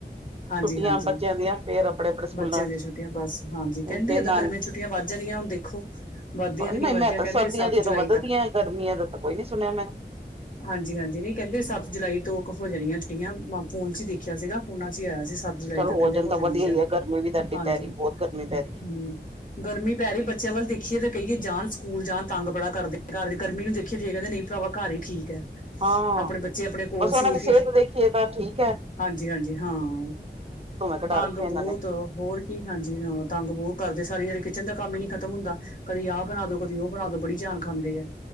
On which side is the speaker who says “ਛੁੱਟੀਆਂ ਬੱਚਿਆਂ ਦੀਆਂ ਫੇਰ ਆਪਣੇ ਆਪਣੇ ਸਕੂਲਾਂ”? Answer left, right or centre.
Right